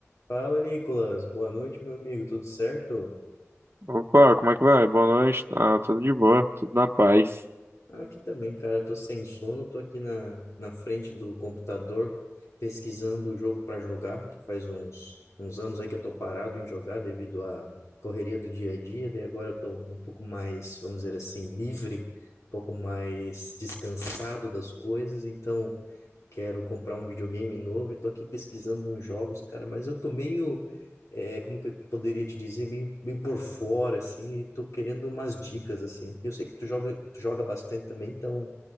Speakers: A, on the left; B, on the right.
A: Fala, Nicolas. Boa noite, meu amigo. Tudo certo?
B: Opa, como é que vai? Boa noite. Ah, tudo de boa, tudo na paz.
A: Aqui também, cara. Tô sem sono. Tô aqui na, na frente do computador pesquisando o jogo para jogar, que faz uns, uns anos aí que eu tô parado em jogar devido à correria do dia a dia. Daí agora eu tô um pouco mais, vamos dizer assim, livre, um pouco mais descansado das coisas. Então, quero comprar um videogame novo e tô aqui pesquisando uns jogos, cara. Mas eu tô meio é, como que eu poderia te dizer, meio, meio por fora, assim, e tô querendo umas dicas, assim. E Eu sei que tu joga, tu joga bastante também, então